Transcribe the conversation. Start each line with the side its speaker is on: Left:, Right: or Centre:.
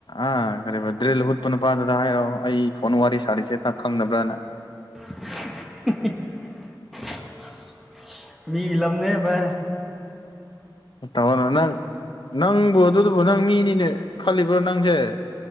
Left: ꯑ ꯀꯔꯤꯕ ꯗ꯭ꯔꯤꯜ ꯍꯨꯠꯄ ꯅꯨꯄꯥꯗꯨꯗ ꯍꯥꯏꯔꯣ ꯑꯩ ꯐꯣꯟ ꯋꯥꯔꯤ ꯁꯥꯔꯤꯁꯦ ꯇꯛ ꯈꯪꯅꯕ꯭ꯔꯅ
Centre: <unintelligible> ꯃꯤ ꯂꯝꯅꯦ ꯕꯥꯏ
Left: ꯇꯧꯑꯣꯅ ꯅꯪ ꯅꯪꯕꯨ ꯑꯗꯨꯗꯕꯨ ꯅꯪ ꯃꯤꯅꯤꯅꯦ ꯈꯜꯂꯤꯕ꯭ꯔꯣ ꯅꯪꯖꯦ